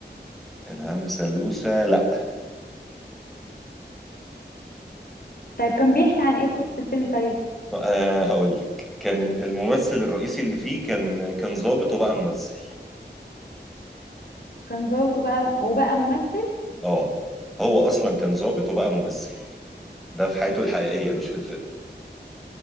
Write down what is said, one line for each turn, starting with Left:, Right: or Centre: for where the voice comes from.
Centre: انعام سالوسة لا
Left: طيب كان بيحكي عن إيه قصة الفيلم طيب؟
Centre: أه هقول لك كان الممثل الرئيسي اللي فيه كان كان ظابط وبقى ممثل
Left: كان ظابط وبقى وبقى ممثل
Centre: اه هو اصلا كان ظابط وبقى ممثل ده في حياته الحقيقيه مش في الفيلم